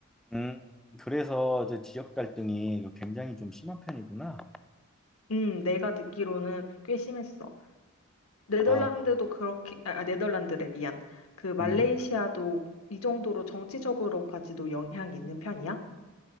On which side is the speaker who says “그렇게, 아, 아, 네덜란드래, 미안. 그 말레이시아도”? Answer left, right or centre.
Left